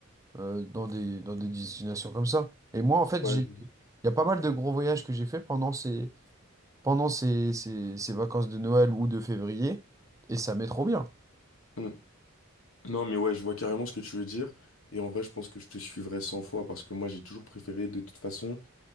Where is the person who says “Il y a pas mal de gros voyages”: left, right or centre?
Right